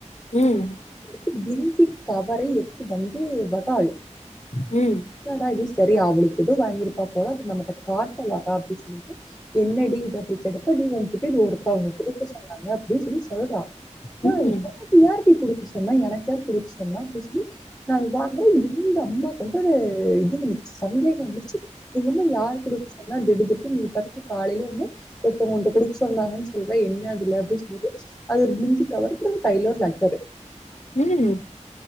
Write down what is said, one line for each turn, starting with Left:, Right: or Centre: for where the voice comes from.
Left: ம்
Centre: பிலிங்கிட் கவரை எடுத்து வந்து வர்றாள்
Left: ம்
Centre: னாடா இது சரி அவளுக்கு ஏதோ வாங்கியிருப்பா போல அது நம்மட்ட காட்ட வரா அப்டி சொல்லிட்டு என்னடி இது அப்டி கேட்டப்ப நீ ஒங்கிட்ட இது ஒருத்தவங்க குடுக்க சொன்னாங்க அப்டின் சொல்லி சொல்றா <unintelligible>
Left: ம்
Centre: யாருக்டி குடுக்க சொன்னா எனக்கு யாரு குடுக்க சொன்னா அப்டின் சொல்லி நா இதாங்கரே எங்க அம்மாக்கு வந்து ஒரு இது வந்துருச்சு சந்தேகம் வந்துருச்சு எங்கம்மா யார்க் குடுக்க சொன்னா திடுதிப்புணு நீ பாட்டுக்கு காலையில வந்து ஒருத்தவங் உன்ட்ட குடுக்க சொன்னாங்கன் சொல்ற என்ன அதுல அப்டின் சொல்லிட்டு அது ஒரு பிலிங்கிட் கவர் அப்புறோ பையில ஒரு லெட்டரு
Left: உம்